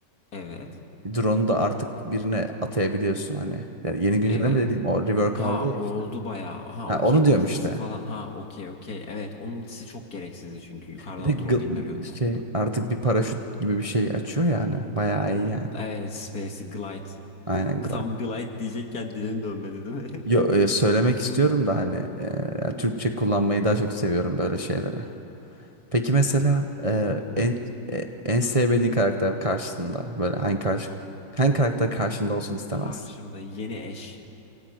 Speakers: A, on the left; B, on the right.
A: Evet.
B: Drone'u da artık birine atayabiliyorsun hani. Yani yeni güncelleme
A: Evet.
B: dediğim o rework
A: Ha
B: aldı
A: oldu
B: ya işte.
A: bayağı. Ha
B: Ha,
A: okey
B: onu
A: ultisi
B: diyorum işte.
A: falan. Ha okey okey. Evet onun ultisi çok gereksizdi çünkü yukarıdan
B: Bir de gl-
A: drop indiriyordu
B: şey
A: falan.
B: artık bir paraşüt gibi bir şey açıyor yani. Bayağı iyi yani.
A: Evet Space Glide.
B: Aynen
A: <laughs> Tam Glide diyecekken dilin dönmedi değil mi?
B: Yo, e, söylemek istiyorum da hani e, yani Türkçe kullanmayı daha çok seviyorum böyle şeylere. Peki mesela e,
A: <laughs> Hı hı.
B: en e, en sevmediğin karakter karşısında böyle hangi karşı hangi karakter karşında olsun istemez?
A: Karşımda yeni eş.